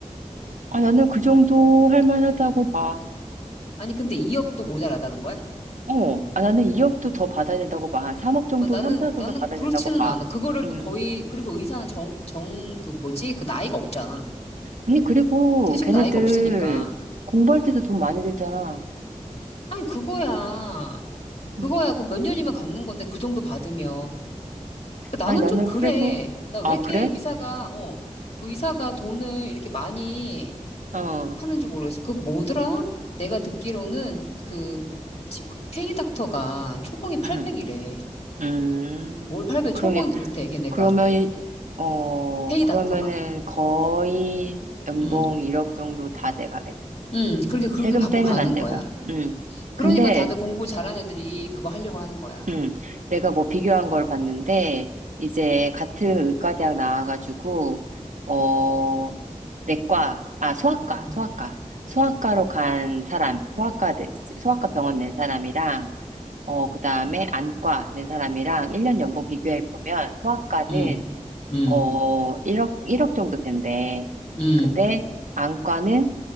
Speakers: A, on the right; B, on the left.
A: 아, 나는 그 정도 할 만하다고 봐.
B: 아니 근데 2억도 모자라다는 거야?
A: 어. 아, 나는 2억도 더 받아야 된다고 봐. 3억 정도,
B: 아 나는
A: 3, 4억 정도
B: 나는
A: 받아야
B: 그렇지는
A: 된다고 봐.
B: 않아. 그거를
A: 음.
B: 거의 그리고 의사는 정 정 그 뭐지? 그 나이가 없잖아.
A: 아니, 그리고
B: 퇴직
A: 걔네들
B: 나이가 없으니까.
A: 공부할 때도 돈 많이 들잖아.
B: 아니 그거야. 그거야.
A: 음.
B: 그 몇 년이면 갚는 건데 그 정도 받으면 그 나는
A: 아니, 나는
B: 좀 그래.
A: 그래도,
B: 나 왜
A: 아,
B: 이렇게
A: 그래?
B: 의사가 어 의사가 돈을 이렇게 많이
A: 어.
B: 하는지 모르겠어. 그 뭐더라? 내가 듣기로는 그 치과 페이 닥터가 초봉이 800이래.
A: 음. 음.
B: 월 800
A: 그러게.
B: 초봉이 그렇대, 걔네가.
A: 그러면, 이- 어,
B: 페이
A: 그러면은
B: 닥터가.
A: 거의 연봉
B: 음.
A: 1억 정도 다돼가겠다
B: 음, 그렇게 그렇게
A: 세금
B: 받고
A: 떼면
B: 가는
A: 안 되고.
B: 거야.
A: 음.
B: 그러니까
A: 근데
B: 다들 공부 잘한 애들이 그거 하려고 하는 거야.
A: 음. 내가 뭐 비교한 걸 봤는데 이제 같은 의과대학 나와가지고 어 내과 아 소아과
B: 음.
A: 소아과 소아과로 간 사람 소아과 내- 소아과 병원 낸 사람이랑 어 그다음에 안과 낸 사람이랑 1년 연봉 비교해 보면 소아과는
B: 음. 음.
A: 어 1억 일억 정도 된대.
B: 음.
A: 근데 안과는